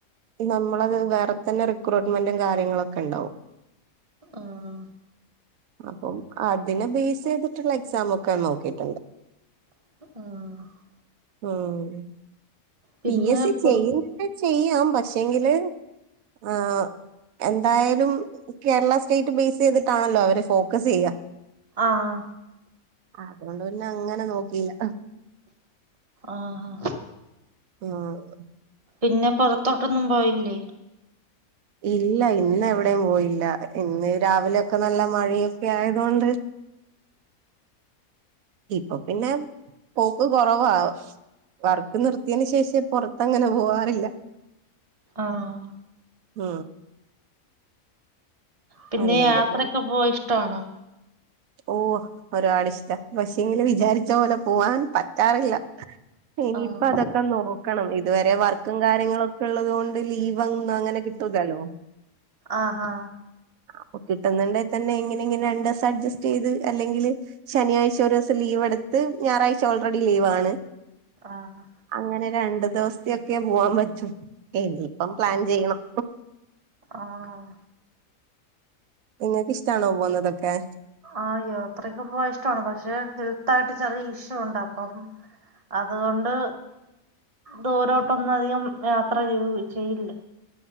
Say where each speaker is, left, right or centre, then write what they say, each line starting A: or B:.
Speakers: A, on the right (about 75°); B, on the right (about 30°).
A: നമ്മളത് വേറെ തന്നെ റിക്രൂട്ട്മെന്റും കാര്യങ്ങളൊക്കെണ്ടാവും
B: ആഹ്
A: അപ്പം അതിനെ ബേസ് ചെയ്തിട്ടുള്ള എക്സാമൊക്കെ നോക്കിട്ടുണ്ട്
B: അഹ്ആഹ്
A: ആണ്
B: പിന്നെ
A: പി എസ് സി
B: പുറ
A: ചെയ്യുന്നുണ്ടേ ചെയ്യാം പക്ഷെ ങ്കില് ആഹ്. എന്തായാലും കേരള സ്റ്റേറ്റ് ബേസ് ചെയ്തിട്ടാണല്ലോ അവര് ഫോക്കസെയ്യാ.
B: ആഹ്.
A: ആഹ് അതുകൊണ്ട് പിന്നെ അങ്ങനെ നോക്കീല്ല.
B: ആഹ് ആഹ്.
A: <unintelligible>
B: പിന്നെ പൊറത്തോട്ടൊന്നും പോവലില്ലേ?
A: ഇല്ല ഇന്ന് എവിടെയും പോയില്ല ഇന്ന് രാവിലൊക്കെ നല്ല മഴയൊക്കെ ആയതോണ്ട്. ഇപ്പൊ പിന്നെ പോക്ക് കൊറവാ. വർക്ക് നിർത്തിയേന് ശേഷേ പൊറത്തങ്ങനെ പോവാറില്ല.
B: ആഹ്.
A: ഉം.
B: പിന്നെ
A: അല്ലെങ്കിൽ
B: യാത്രെക്കെ പോവാൻ ഇഷ്ടവാണോ?
A: ഓഹ്. ഒരുപാട് ഇഷ്ടാ പക്ഷെ എങ്കിലും വിചാരിച്ച പോലെ പോവാൻ പറ്റാറില്ല. ഇനിയിപ്പ
B: ആഹ്.
A: അതൊക്കെ നോക്കണം ഇതുവരെ വർക്കും കാര്യങ്ങളും ഒക്കെള്ളത് കൊണ്ട് ലീവന്നും അങ്ങനെ കിട്ടൂല്ലല്ലോ.
B: ആഹാ.
A: അപ്പൊ കിട്ടുന്നുണ്ടേ തന്നെ ഇങ്ങനെ ഇങ്ങനെ രണ്ടൂസം അഡ്ജസ് റ്റ് ചെയ്ത് അല്ലെങ്കിൽ ശനിയാഴ്ച ഒരൂസം ലീവ് എടുത്ത് ഞായറാഴ്ച ഓൾറെഡി ലീവാണ്.
B: ആണ്.
A: അങ്ങനെ രണ്ടു ദിവസ്ത്തൊക്കെ പോവാൻ പറ്റു. എനിപ്പം പ്ലാൻ
B: ആഹ്
A: ചെയ്യണം.
B: ആഹ്.
A: ഇങ്ങക്ക് ഇഷ്ടാണോ പോവ്ന്നതൊക്കെ?
B: ആഹ് യാത്രൊക്കെ പോവാൻ ഇഷ്ടാണ് പക്ഷെ ഹെൽത്തായിട്ട് ചെറിയ ഇഷ്യൂ ഉണ്ട് അപ്പം അത് കൊണ്ട് ദൂരോട്ടൊന്നധികം യാത്ര ചെയ്ത് ചെയ്യില്ല.